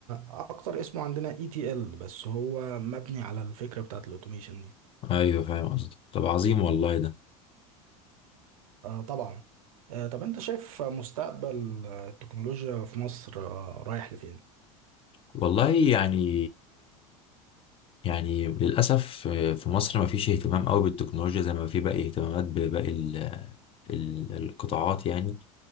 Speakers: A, on the right; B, on the left.
A: اكتر اسمه عندنا اي تي ال بس هو مبني على الفكره بتاعت الاوتوميشن دي
B: ايوه فاهم قصدك طب عظيم والله ده
A: آه طبعا آه طب انت شايف مستقبل آه، التكنولوجيا في مصر آه رايح لفين؟
B: والله يعني يعني للأسف آه، في مصر ما فيش اهتمام قوي بالتكنولوجيا زي ما في باقي اهتمامات بباقي ال- ال- القطاعات يعني